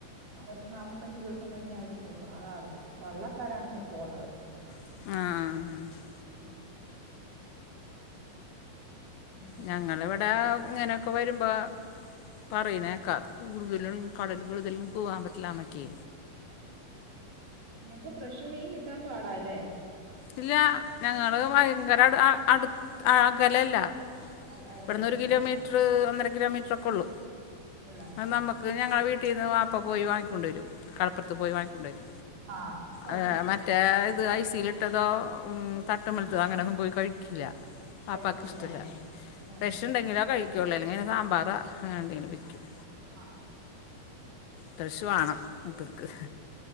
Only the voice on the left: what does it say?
ആഹ് ആ..
ഞങ്ങളിവടെ ഇങ്ങനൊക്കെ വരുമ്പോ പറയ്ന്നേക്കാ കൂടുതലും കടൽ കള്തെല്ലം പൂവാ പറ്റില്ല നെക്കെ.
ഇല്ല ഞങ്ങള് ഭയങ്കര അട് ആ അടുആ അകലല്ല.
ഇവട്ന്ന്
ഒരു കിലോമീറ്റ്റ്
ഒന്നര കിലോമീറ്ററ് ഒക്കോ ള്ളൂ
അഹ്
നമ ക് ഞങ്ങളെ വീട്ടീന്ന് വാപ്പ പോയ് വാങ്ങി കൊണ്ടേരും. കടപൊർത്ത്
പോയി വാങ്ങിക്കൊണ്ടെരും
അഹ് മറ്റേ ഇത് ഐസില് ട്ടതോ തട്ടുമ്മൽത്ത് അങ്ങനെന്നും പോയി കഴിക്കില്ല. വാപ്പാക്ക്
ഇഷ്ടല്ല
ഫഷ് ണ്ടെങ്കിലോ കഴിക്കുള്ളു എല്ലെങ്ങെ സാമ്പാറ അങ്ങനെ എന്തെങ്കിലും കയ്ക്കും.
ഫ്രഷ് വാണം മൂപ്പര്ക്ക്.